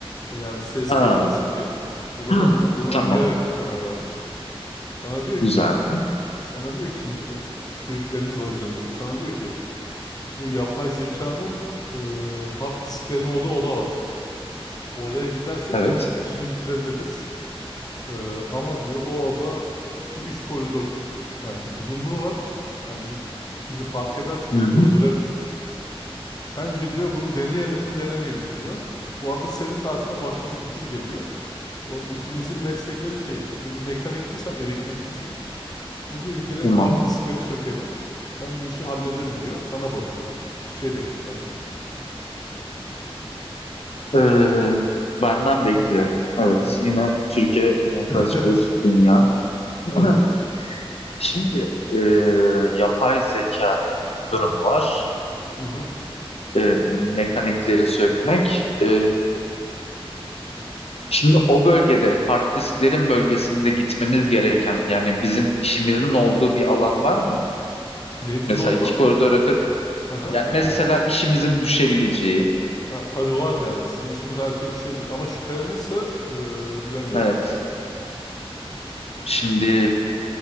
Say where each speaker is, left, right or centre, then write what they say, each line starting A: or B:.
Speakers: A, on the left; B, on the left.
A: Yani ses
B: Ha.
A: geçmesin diye.
B: <clears throat>
A: O zaten
B: Hı.
A: bunu, bunu
B: Tamam.
A: öngörerek karar vermiş. Sana diyor
B: Güzel.
A: ki, sana diyor ki o suitleriniz var üzerinizde. Sana diyor ki bu yapay zekanın e, hard disklerin olduğu oda var. Oraya gidersek
B: Evet.
A: bunun işini bitirebiliriz. E, ama diyor o oda iki üç koridor yani uzunluğu var. Yani git- bizi fark ederse
B: Hı
A: direkt
B: hı.
A: öldürebilir. Sence diyor bunu deneyelim mi denemeyelim mi diyor. Bu arada senin de aklına başka bir fikir geliyor. Bu arada ikinizin meslekleri şey. Biri mekanikçi sen elektrikçisin. O diyor ki direkt
B: Tamam.
A: hard diskleri sökelim. Ben bu işi hallederim diyor. Sana bakıyor. Bir şey bekliyor senden.
B: Ee, benden bekliyor. Evet,
A: Hı.
B: yine Türkiye muhtaç
A: <laughs>
B: bir dünya. <clears throat>
A: Evet.
B: Şimdi e, yapay zeka durumu var.
A: Hı hı.
B: E, mekanikleri sökmek. E, şimdi o bölgede, hard disklerin bölgesinde gitmemiz gereken, yani bizim işimizin olduğu bir alan var mı?
A: Neyiniz
B: Mesela
A: oldu?
B: iki koridor ötede.
A: Aha.
B: Yani mesela işimizin düşebileceği.
A: Ha, tabii var yani. Sizin işiniz her şeye düşebilir. Ama şüphelenirse e, bilemiyorum.
B: Evet. Şimdi